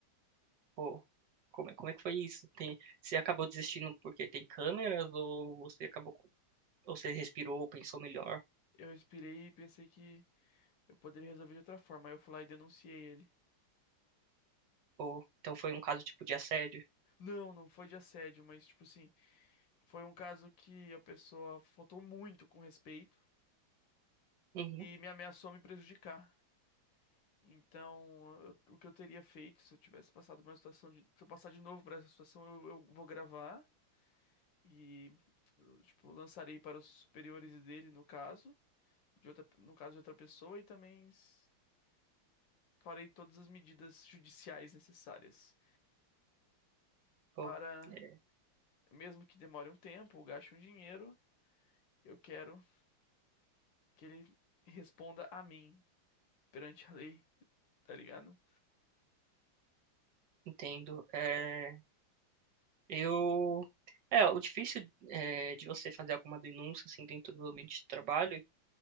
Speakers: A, on the right (about 60°); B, on the left (about 65°).
A: Pô, como é, como é que foi isso? Tem, você acabou desistindo porque tem câmeras ou você acabou, com- ou você respirou, pensou melhor?
B: Eu respirei e pensei que eu poderia resolver de outra forma. Aí eu fui lá e denunciei ele.
A: Ou, então foi um caso tipo de assédio?
B: Não, não foi de assédio, mas tipo assim, foi um caso que a pessoa faltou muito com respeito
A: Uhum.
B: e me ameaçou me prejudicar. Então, eu- o que eu teria feito se eu tivesse passado por uma situação de, se eu passar de novo por essa situação, eu, eu vou gravar e eu, tipo, lançarei para os superiores dele, no caso, de outra, no caso de outra pessoa, e também s- farei todas as medidas judiciais necessárias
A: Pô,
B: para,
A: é,
B: mesmo que demore um tempo, ou gaste um dinheiro, eu quero que ele responda a mim perante a lei, tá ligado?
A: entendo. É, eu. É, o difícil é, de você fazer alguma denúncia assim dentro do ambiente de trabalho